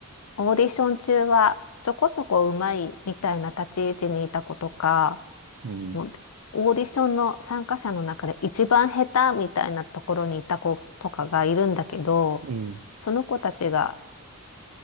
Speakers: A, on the left; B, on the right.
A: オーディション中はそこそこうまいみたいな立ち位置にいた子とか、
B: うん、
A: もうオーディションの参加者の中で一番下手みたいなところにいた子とかがいるんだけど、
B: うん、
A: その子たちが